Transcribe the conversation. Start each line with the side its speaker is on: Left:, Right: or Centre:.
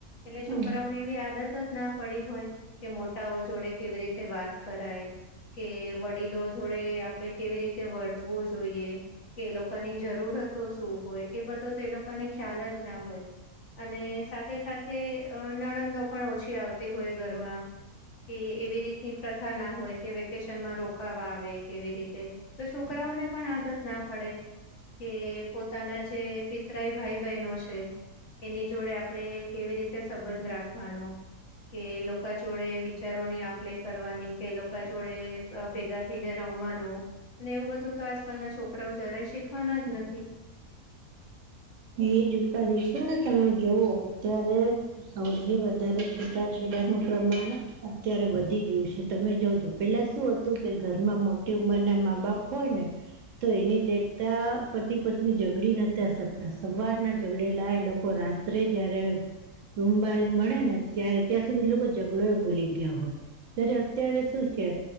Left: એટલે છોકરાઓને
Right: હમ
Left: એવી આદત જ ના પડી હોય કે મોટાઓ જોડે કેવી રીતે વાત કરાય કે વડીલો જોડે આપણે કેવી રીતે વર્તવું જોઈએ કે એ લોકોની જરૂરતો શું હોય એ બધો તો એ લોકોને ખ્યાલ જ ના હોય અને સાથે સાથે અ નણંદો પણ ઓછી આવતી હોય ઘરમાં. તે એવી રીતની પ્રથા ના હોય, કે વેકેશન માં રોકાવા આવે કેવી રીતે. તો છોકરાઓને પણ આદત ના પડે. કે પોતાના જે પિતરાઈ ભાઈ બહેનો છે. એની જોડે આપડે કેવી રીતે સંબંધ રાખવાનો. કે લોકા જોડે વિચારોની આપલે કરવાની, તે લોકા જોડે અ ભેગા થઈને રમવાનું, અને એવું બધુંતો આજકાલ ના છોકરાઓ જરાય શીખવાના જ નથી.
Right: એજ ઉપાધી છેને, તમે જોવો અત્યારે સૌથી વધારે છૂટાછેડાનું પ્રમાણ અત્યારે વધી ગયું છે, તમે જોજો, પેલા શું હતું, કે ઘરમાં મોટી ઉંમરના મા બાપ હોય ને તો એની દેખતા પતિ પત્ની ઝઘડી નતા શક તા, સવારના ઝગડેલા એ લોકો રાત્રે જ્યારે રૂમ મા એ મળે ને, ત્યાર ત્યાં સુધી એ લોકો ઝઘડો એ ભૂલી ગયા હોય. જ્યારે અત્યારે શું છે.